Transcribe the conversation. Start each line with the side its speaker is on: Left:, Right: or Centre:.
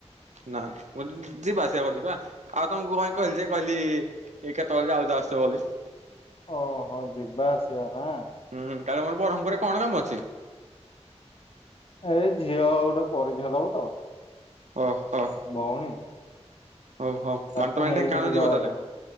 Right: ନା ମୁଁ ଯିବା ଆସିବା କରୁଚି ପା ଆଉ ତମକୁ କାଇଁ କହିଲି ଯେ କହିଲି ଏଇ କେତେବେଳେ ଯାଉଚ ଆସିବ ଯଦି।
Left: ଓହୋ ଯିବା ଆସିବା ନା।
Right: ହୁଁ କାଲି ତମର ବ୍ରହ୍ମପୁରରେ କଣ କାମ ଅଛି?
Left: ଏଇ ଝିଅ ଗୋଟେ ପରିକ୍ଷା ଦବ ତ।
Right: ଓହୋ।
Left: ଭଉଣୀ?
Right: ଓହୋ
Left: ତାକୁ
Right: ମାନେ ତମେ
Left: ନେଇକି
Right: ଆଜି ଢେଙ୍କାନାଳ
Left: ଯିବାର
Right: ଯିବ ତାହେଲେ।
Left: ଅଛି